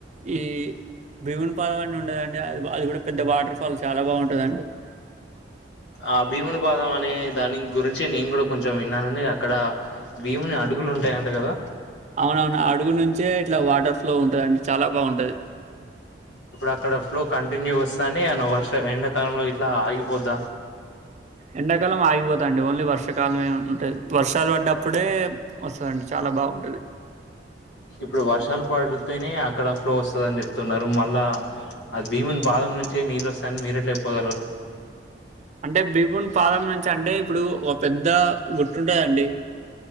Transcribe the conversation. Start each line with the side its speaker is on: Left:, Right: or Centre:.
Right: ఈ భీవుని పదం అనే ఉండదండి అది అది కూడా పెద్ద వాటర్ ఫాల్ చాలా బాగుంటదండి
Left: ఆ భీముని పాదం అనే దాని గురించి నేను కూడా కొంచెం విన్నానండి అక్కడ భీముని అడుగులు ఉంటాయంట కదా
Right: అవునవును అడుగు నుంచే ఇట్లా వాటర్ ఫ్లో ఉంటుందిండి చాలా బాగుంటది
Left: ఇప్పుడు అక్కడ ఫ్లో కంటిన్యూ వస్తాడి అను వర్ష ఎండాకాలంలో ఇట్లా ఆగిపోద్దా
Right: ఎండాకాలం ఆగిపోతుండి ఓన్లీ వర్షాకాలం ఏ ఉంటుంది వర్షాలు పడ్డప్పుడే వస్తుందండి చాలా బాగుంటుది
Left: ఇప్పుడు వర్షాలు పడితేనే అక్కడ ఫ్లో వస్తుందని చెప్తున్నారు మళ్ళా అది భీముని పాదం నుంచే నీళ్ళు వస్తాయని మీరట్లు చెప్పుగలరు
Right: అంటే భీభూన్ పాదం నుంచి అంటే ఇప్పుడు ఒక పెద్ద గుట్తుంటదండి